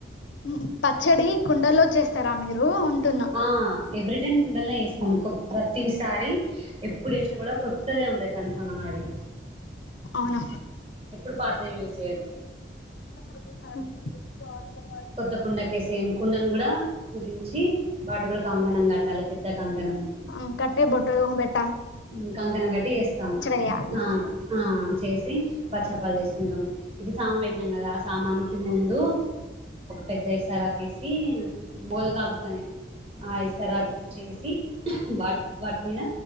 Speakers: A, on the left; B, on the right.
A: ఉమ్ పచ్చడి కుండల్లో చేస్తారా మీరు అంటున్నా
B: ఆ ఎవ్రీ టైమ్ కుండలనే వేస్తాం కొబ్ ప్రతిసారి ఎప్పుడు వేసినా కూడా కొత్తదే ఉంటాయి కన్ఫాంగ మాది
A: అవునా
B: ఎప్పుడు పాతది యూజ్ చేయొదు
A: ఒకసారి చూసావా <unintelligible>
B: కొత్త కుండకేసేం కుండను కూడా పుదించి వాటి కూడా కంకణం కట్టాలి పెద్ద కంకణం
A: ఆ కట్టి బొట్టు ఏమో పెట్
B: ఉమ్ కంకణం గటి వేస్తాం
A: వేయాలి
B: ఆ ఆ చేసి బచ్చపాలు చేసుకుంటాం ఇప్పుడు సామాన్ పెట్టినాం కదా ఆ సామాన్నికి ముందు పెద్ద ఇసరకు వేసి మోదు కాపుతోనే ఆ ఇసరాకు చేసి వాటి వాటి మీద